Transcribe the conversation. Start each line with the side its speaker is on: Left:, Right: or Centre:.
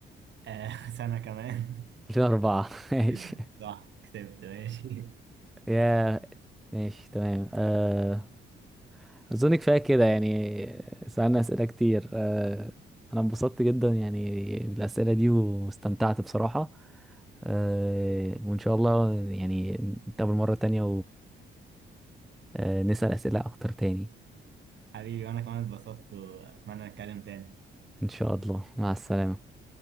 Right: آه، <laughs> سنة كمان
Centre: 2004 <laughs> ماشي
Right: <laughs> صح كسبت ماشي
Centre: يا ماشي تمام آه، اظن كفايه كده يعني سألنا اسئله كتير آه، انا انبسطت جدا يعني بالاسئله دي واستمتعت بصراحه آه، وان شاء الله يعني نتقابل مره تانية ونسال اسئله اكتر تاني
Right: <laughs> حبيبي وأنا كمان اتبسطت وأتمنى نتكلم تاني
Centre: ان شاء الله مع السلامه